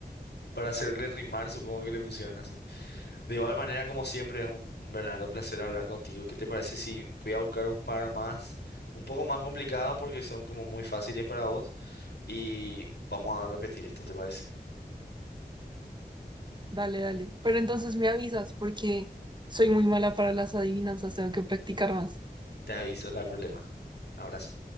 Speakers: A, on the left; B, on the right.
A: Para hacerle rimar, supongo que le pusieron así. De igual manera, como siempre, es un verdadero placer hablar contigo. ¿Qué te parece si voy a buscar un par más, un poco más complicadas porque son como muy fáciles para vos? Y vamos a repetir esto, ¿te parece?
B: Dale, dale. Pero entonces me avisas porque soy muy mala para las adivinanzas, tengo que practicar más.
A: Te aviso, no hay problema. Abrazo.